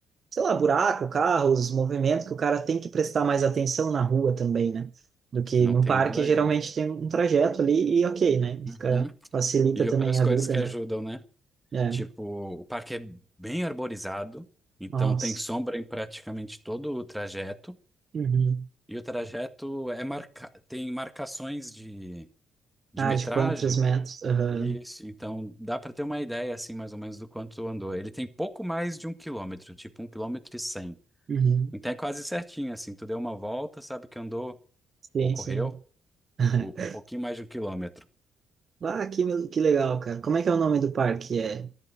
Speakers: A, on the right; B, in the centre.
A: sei lá, buraco, carros, movimentos que o cara tem que prestar mais atenção na rua também, né? Do que
B: Não
A: no
B: tem
A: parque,
B: nada
A: geralmente
B: de.
A: tem um trajeto ali e ok, né?
B: Uhum.
A: Fica, facilita
B: E
A: também
B: outras
A: a
B: coisas
A: vida,
B: que
A: né?
B: ajudam, né?
A: É,
B: Tipo, o parque é bem arborizado, então
A: nossa.
B: tem sombra em praticamente todo o trajeto.
A: Uhum.
B: E o trajeto é marca... tem marcações de, de
A: Ah,
B: metragem.
A: de quantos metros? Aham.
B: Isso, então dá para ter uma ideia, assim, mais ou menos do quanto andou. Ele tem pouco mais de um quilômetro, tipo um quilômetro e cem.
A: Uhum.
B: Então é quase certinho, assim, tu deu uma volta, sabe que andou,
A: Sim,
B: ou correu,
A: sim. <laughs>
B: o- um pouquinho mais de um quilômetro.
A: Ah, que, que legal, cara. Como é que é o nome do parque? É,